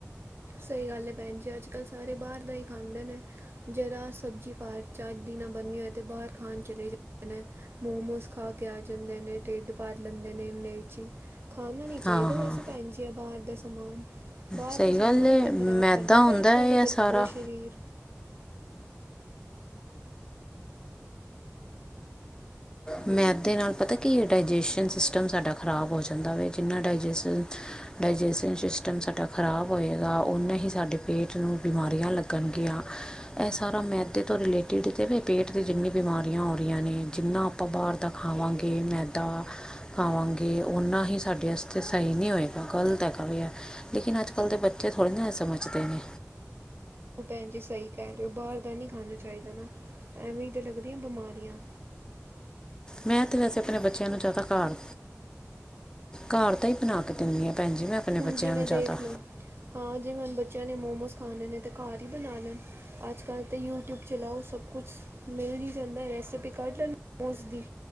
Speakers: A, on the right; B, on the left.
A: ਸਹੀ ਗੱਲ ਹੈ, ਭੈਣ ਜੀ। ਅੱਜ ਕੱਲ੍ਹ ਸਾਰੇ ਬਾਹਰ ਦਾ ਹੀ ਖਾਂਦੇ ਨੇ। ਜਦੋਂ ਅ ਸਬਜ਼ੀ ਖਾਚ ਅੱਜ ਦਿਨਾਂ ਬਣਨੀ ਹੋਏ ਤਾਂ ਬਾਹਰ ਖਾਣ ਚਲੇ ਜਾਂਦੇ। ਮੋਮੋਸ ਖਾ ਕੇ ਆ ਜਾਂਦੇ ਨੇ, ਢਿੱਡ ਭਾਰ ਲੈਂਦੇ ਨੇ ਇੰਨੇਚ ਹੀ। ਖਾਣਾ ਨਹੀਂ ਚਾਹੀਦਾ।
B: ਹਾਂ ਹਾਂ
A: ਵੈਸੇ ਭੈਣ ਜੀ, ਆ ਬਾਹਰ ਦਾ ਸਮਾਨ ਬਾਹਰ
B: ਸਹੀ
A: ਦਾ ਸਮਾਨ
B: ਗੱਲ ਏ
A: ਹੀ ਤੇ ਖ਼ਰਾਬ
B: ਮੈਦਾ
A: ਕਰਦਾ
B: ਹੁੰਦਾ
A: ਪਿਆ ਅੱਜ ਕੱਲ੍ਹ
B: ਹੈ
A: ਦੇ ਬੱਚੇ
B: ਇਹ ਸਾਰਾ
A: ਦੇ ਸਰੀਰ
B: ਮੈਦੇ ਦੇ ਨਾਲ ਪਤਾ ਕੀ ਇਹ ਡਾਇਜੈਸ਼ਨ ਸਿਸਟਮ ਸਾਡਾ ਖ਼ਰਾਬ ਹੋ ਜਾਂਦਾ ਵ ਜਿੰਨਾ ਡਾਇਜੈਸ ਡਾਇਜੈਸ਼ਨ ਸਿਸਟਮ ਸਾਡਾ ਖ਼ਰਾਬ ਹੋਏਗਾ ਨੇ ਹੀ ਸਾਡੇ ਪੇਟ ਨੂੰ ਬਿਮਾਰੀਆਂ ਲੱਗਣਗੀਆਂ। ਇਹ ਸਾਰਾ ਮੈਦੇ ਤੋਂ ਰਿਲੇਟਿਡ ਤੇਵੇ ਪੇਟ ਦੀ ਜਿੰਨੀ ਬਿਮਾਰੀਆਂ ਹੋ ਰਹੀਆਂ ਨੇ ਜਿੰਨਾ ਆਪਾਂ ਬਾਹਰ ਤਾਂ ਖਾਵਾਂਗੇ ਮੈਦਾ ਖਾਵਾਂਗੇ। ਓਨਾ ਹੀ ਸਾਡੇ ਵਾਸਤੇ ਸਹੀ ਨਹੀ ਹੋਏਗਾ। ਗ਼ਲਤ ਹੈਗਾ ਵੀ ਯ ਲੇਕਿਨ ਅੱਜ ਕੱਲ੍ਹ ਦੇ ਬੱਚੇ ਥੋੜ੍ਹੇਹੇ ਸਮਝਦੇ ਨੇ।
A: ਉਹ ਭੈਣ ਜੀ ਸਹੀ ਕਹਿ ਰਹੇ ਹੋ। ਬਾਹਰ ਦਾ ਨਹੀਂ ਖਾਣਾ ਚਾਹੀਦਾ ਨਾ ਐਵੇਂ ਤਾਂ ਲੱਗਦੀਆਂ ਬਿਮਾਰੀਆਂ <unintelligible> ਓ
B: ਮੈਂ ਤਾਂ ਵੈਸੇ ਆਪਣੇ ਬੱਚਿਆਂ ਨੂੰ ਜ਼ਿਆਦਾ ਘਰ ਘਰ ਤਾਂ ਹੀ ਬਣਾ ਕੇ ਦਿੰਦੀ ਆ ਭੈਣ ਜੀ ਮੈਂ। ਆਪਣੇ
A: ਹੁਣ
B: ਬੱਚਿਆਂ
A: ਜਿਵੇਂ
B: ਨੂੰ ਜ਼ਿਆਦਾ
A: ਦੇਖ ਲਓ, ਹਾਂ। ਜਿਵੇਂ ਹੁਣ ਬੱਚਿਆਂ ਨੇ ਮੋਮੋਸ ਖਾਣੇ ਨੇ ਅਤੇ ਘਰ ਹੀ ਬਣਾ ਲੈਣ। ਅਜ ਕੱਲ੍ਹ ਤਾਂ ਯੂਟਿਊਬ ਚਲਾਓ, ਸਭ ਕੁਛ ਮਿਲ ਨਹੀਂ ਜਾਂਦਾ। ਰੈਸਿਪੀ ਕੱਢ ਲੈਣ ਮੋਸ ਦੀ